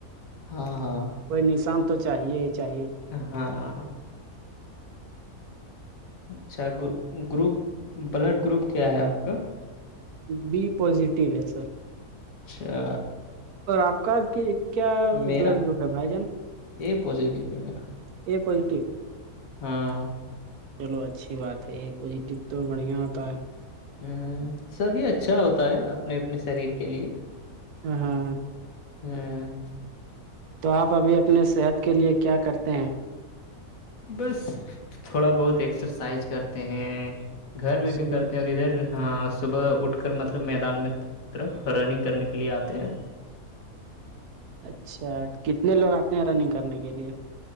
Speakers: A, on the left; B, on the right.
A: ہاں ہاں
B: کوئی نشان تو چاہیے ہی چاہیے
A: ہاں اچھا گروپ بلڈ گروپ کیا ہے آپ کا
B: بی پازیٹیو ہے سر
A: اچھا
B: اور آپ کا کیا
A: میرا
B: بلڈ گروپ ہے بھائی جان
A: اے پازیٹیو ہے میرا
B: اے پازیٹیو
A: ہاں
B: چلو اچھی بات ہے یہ پوزیٹیو تو بڑھیا ہوتا ہے
A: ہوں سب یہ اچھا ہوتا ہے اپنے اپنے شریر کے لیے
B: ہاں
A: ہوں
B: تو آپ ابھی اپنے صحت کے لیے کیا کرتے ہیں
A: بس تھوڑا بہت ایکسرسائز کرتے ہیں گھر میں
B: صبح
A: بھی کرتے ہیں اور ادھر ہاں صبح اٹھ کر مطلب میدان میں طرف رننگ کرنے کے لیے آتے ہیں
B: اچھا کتنے لوگ آتے ہیں رننگ کرنے کے لیے